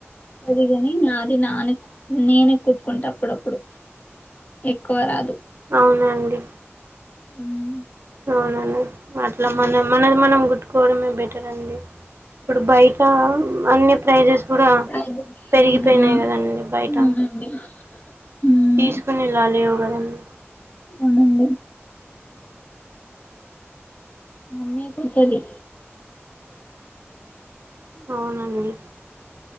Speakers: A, on the left; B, on the right.
A: అది కాని నాది నాన్న నేనే కుట్టుకుంట అప్పుడప్పుడు ఎక్కువ రాదు
B: అవునండి
A: మ్మ్
B: అవునవును అట్లా
A: మమ్మీ
B: మనం
A: కుడతది
B: మనది మనం గుట్టుకోవడమే బెటర్ అండి ఇప్పుడు బయట అన్ని ప్రైజెస్ కూడా
A: అయితే బాగున్నాయా
B: పెరిగిపోయినాయి కదండి
A: అవునండి.
B: బయట
A: ఉమ్
B: తీసుకునేలా లేవుగదండి.
A: అవునండి. మమ్మే కుడ్తది.
B: అవునండి